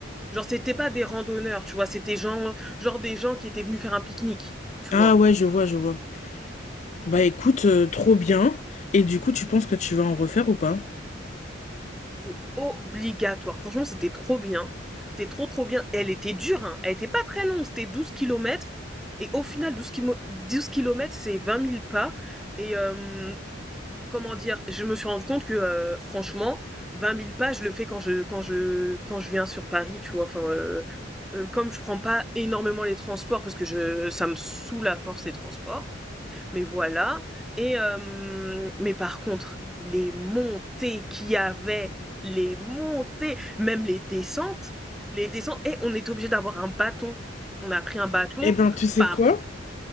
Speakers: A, in the centre; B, on the left.
A: Genre, c'était pas des randonneurs, tu vois, c'était gens, genre des gens qui étaient venus faire un pique-nique, tu
B: Ah
A: vois.
B: ouais, je vois, je vois. Bah écoute, euh, trop bien. Et du coup, tu penses que tu vas en refaire ou pas?
A: C'est obligatoire. Franchement, c'était trop bien. C'était trop, trop bien. Elle était dure, hein. Elle était pas très longue, c'était 12 kilomètres. Et au final, douze kilo- 12 kilomètres, c'est vingt mille pas. Et euh, comment dire, je me suis rendu compte que, euh, franchement, vingt mille pas, je le fais quand je, quand je, quand je viens sur Paris, tu vois. Enfin, euh, euh, comme je prends pas énormément les transports parce que je, ça me saoule à force les transports, Mais voilà et hem, mais par contre, les montées qu'il y avait, les montées, même les descentes, les descentes et on est obligé d'avoir un bâton. On a pris un bâton
B: Eh ben, tu sais
A: par
B: quoi?